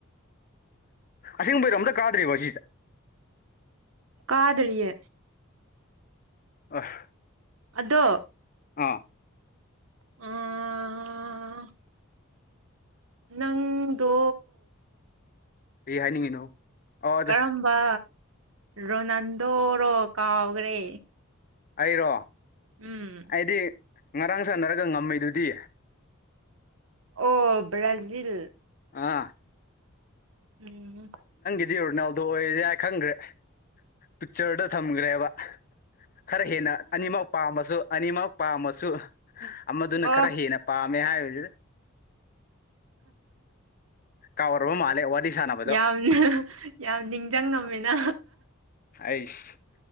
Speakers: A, on the left; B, on the right.
A: ꯑꯁꯦꯡꯕꯩꯔꯣ ꯑꯝꯇ ꯀꯥꯗ꯭ꯔꯤꯕꯣ ꯁꯤꯁꯦ
B: ꯀꯥꯗꯔꯤꯌꯦ
A: ꯑꯥ
B: ꯑꯗꯣ
A: ꯑꯥ
B: ꯎꯝ ꯅꯪꯗꯣ
A: ꯀꯩ ꯍꯥꯏꯅꯤꯡꯉꯤꯅꯣ ꯑꯣ ꯑꯗ
B: ꯀꯔꯝꯕ ꯔꯣꯅꯥꯜꯗꯣꯔꯣ ꯀꯥꯎꯈ꯭ꯔꯦ
A: ꯑꯩꯔꯣ
B: ꯎꯝ
A: ꯑꯩꯗꯤ ꯉꯔꯥꯡ ꯁꯥꯟꯅꯔꯒ ꯉꯝꯃꯤꯗꯨꯗꯤ
B: ꯑꯣ ꯕ꯭ꯔꯥꯖꯤꯜ
A: ꯑꯥ
B: ꯎꯝ
A: ꯗꯤ ꯔꯣꯅꯥꯜꯗꯣ ꯑꯣꯏꯔꯁꯦ ꯍꯥꯏ ꯈꯪꯈ꯭ꯔꯦ ꯄꯤꯛꯆꯔꯗ ꯊꯝꯈ꯭ꯔꯦꯕ ꯈꯔ ꯍꯦꯟꯅ ꯑꯅꯤꯃꯛ ꯄꯥꯝꯃꯁꯨ ꯑꯅꯤꯃꯛ ꯄꯥꯝꯃꯁꯨ ꯑꯃꯗꯨꯅ
B: ꯑꯣ
A: ꯈꯔ ꯍꯦꯟꯅ ꯄꯥꯝ ꯃꯦ ꯍꯥꯏꯖꯦ ꯀꯥꯎꯔꯕ ꯃꯥꯜꯂꯦ ꯋꯥꯔꯤ ꯁꯥꯟꯅꯕꯗꯣ
B: ꯌꯥꯝꯅ ꯌꯥꯝ ꯅꯤꯡꯁꯤꯡꯉꯝꯃꯤꯅ
A: ꯑꯩꯁ